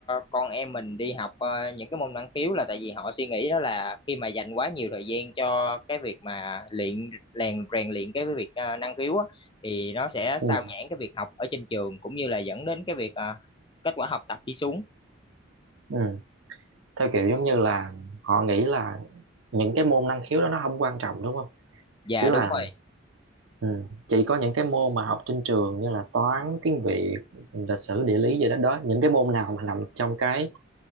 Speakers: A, on the left (about 25°); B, on the right (about 70°).
A: con em mình đi học ờ, những cái môn năng khiếu là tại vì họ suy nghĩ đó là khi mà dành quá nhiều thời gian cho cái việc mà luyện rèn rèn luyện cái việc ờ, năng khiếu á, thì nó sẽ
B: ừ
A: sao nhãng cái việc học ở trên trường cũng như là dẫn đến cái việc ờ, kết quả học tập đi xuống.
B: ừ theo kiểu giống như là họ nghĩ là những cái môn năng khiếu đó nó không quan trọng đúng không
A: Dạ
B: Tức là
A: đúng rồi,
B: ừ, chỉ có những cái môn mà học trên trường như là toán tiếng Việt lịch sử địa lý gì đó đó những cái môn nào mà nằm trong cái